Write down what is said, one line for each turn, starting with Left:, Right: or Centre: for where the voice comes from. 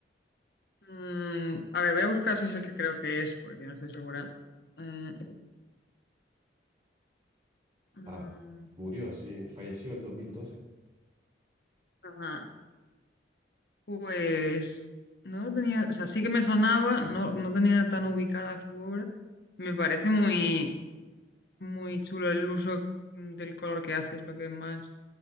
Left: Mm, a ver, voy a buscar si es el que creo que es, porque no estoy segura. Eh, mm,
Right: ah, murió, sí, falleció el 2012.
Left: ajá. Pues no lo tenía, o sea, sí que me sonaba, no, no tenía tan ubicada su obra. Me parece muy, muy chulo el uso mm, del color que hace, es lo que más